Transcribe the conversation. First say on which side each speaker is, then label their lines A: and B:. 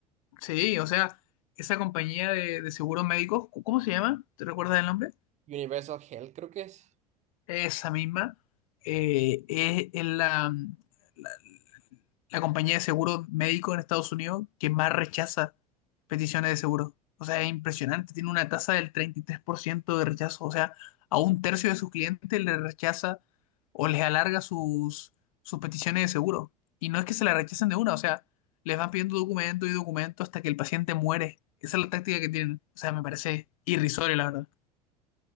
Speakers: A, on the left (about 60°); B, on the right (about 35°).
A: Sí, o sea, esa compañía de, de seguros médicos, ¿cu- ¿cómo se llama? ¿Te recuerdas el nombre?
B: <laughs> Universal Health, creo que es.
A: Esa misma, eh, es, es la, la- la compañía de seguro médico en Estados Unidos que más rechaza peticiones de seguro. O sea, es impresionante, tiene una tasa del 33% de rechazo. O sea, a un tercio de sus clientes le rechaza o les alarga sus, sus peticiones de seguro. Y no es que se la rechacen de una, o sea, les van pidiendo documento y documento hasta que el paciente muere. Esa es la táctica que tienen. O sea, me parece irrisorio, la verdad.